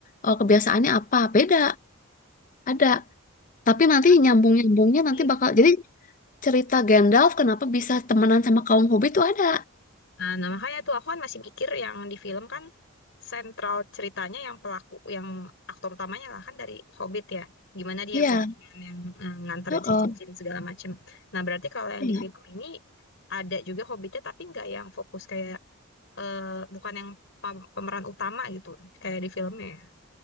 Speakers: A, on the left; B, on the left.
A: Eh, kebiasaannya apa. Beda, ada. Tapi nanti
B: Ah,
A: nyambung-nyambungnya nanti
B: Iya.
A: bakal, jadi cerita Gandalf kenapa bisa temenan sama kaum Hobbit tuh ada.
B: Nah, nah, makanya tuh aku kan masih mikir yang di film kan sentral ceritanya yang pelaku yang aktor utamanya lah kan dari Hobbit ya. Gimana dia
A: Iya,
B: perjalanan yang eh, nganterin
A: heeh.
B: si cincin segala macem. Nah, berarti kalau yang
A: Iya,
B: di film ini ada juga Hobbitnya tapi nggak yang fokus kayak eh, bukan yang pem- pemeran utama gitu kayak di filmnya